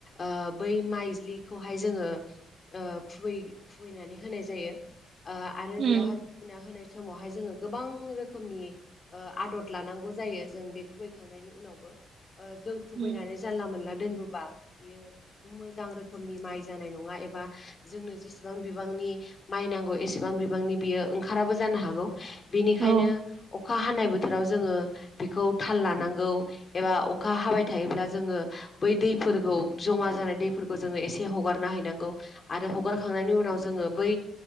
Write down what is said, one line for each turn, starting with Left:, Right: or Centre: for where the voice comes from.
Left: ओ बै माइज्लिखौहाय जोङो ओ खुबै खुबैनानै होनाय जायो। आरो
Right: उम
Left: बेयावहाय खुबैना होनाय समावहाय जोङो गोबां रोखोमनि ओ आदर लानांगौ जायो जों बे खुबैखांनायनि उनावबो जों खुबैनानै
Right: उम
Left: जानला मोनला दोन नोबा बियो मोजां रोखोमनि माइ जानाय नङा एबा जोंनो जेसेबां बिबांनि माइ नांगौ एसेबां बिबांनि बियो ओंखाराबो जा नो हागौ बेनिखायनो
Right: औ
Left: अखा हानाय बोथोराव जोङो बेखौ थाल लानांगौ एबा अखा हाबाय थायोब्ला जोङो बै दै फोरखौ जमा जानाय दैफोरखौ जोङो एसे हगारना हैनांगौ आरो हगारखांनायनि उनाव जोङो बै